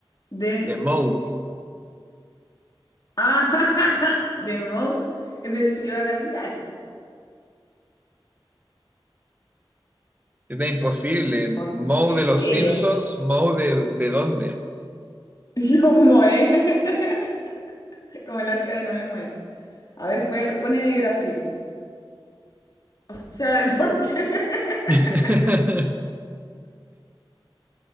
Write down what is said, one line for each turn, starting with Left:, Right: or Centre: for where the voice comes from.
Left: De...
Right: De Moe.
Left: Ah, <laughs> de Mo, es de Ciudad Capital.
Right: Está imposible.
Left: Montevideo.
Right: Moe de los Simpsons, Moe de, de dónde.
Left: <laughs> Yo Moe, <laughs> como el arca de Noé Moe. A ver, juega, pone de Brasil. O sea, deporte. <laughs>
Right: <laughs>